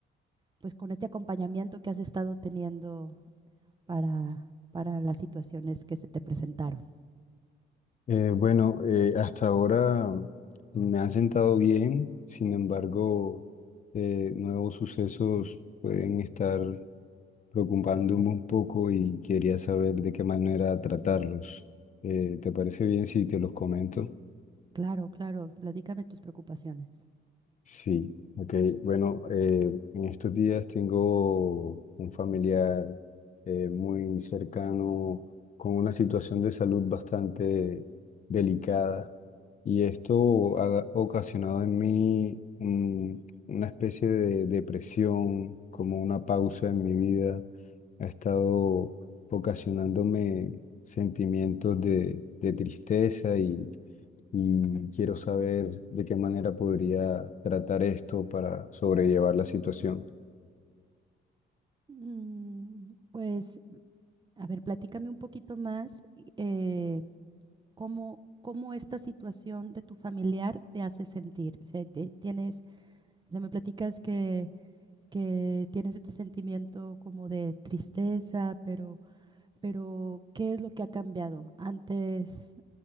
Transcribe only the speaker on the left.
Eh, bueno, eh, hasta ahora me han sentado bien, sin embargo, eh, nuevos sucesos pueden estar preocupándome un poco y quería saber de qué manera tratarlos. Eh, ¿te parece bien si te los comento?
Sí, ok. Bueno, eh, en estos días tengo un familiar eh, muy cercano con una situación de salud bastante delicada y esto ha ocasionado en mí mm, una especie de depresión, como una pausa en mi vida. Ha estado ocasionándome sentimientos de, de tristeza y quiero saber de qué manera podría tratar esto para sobrellevar la situación.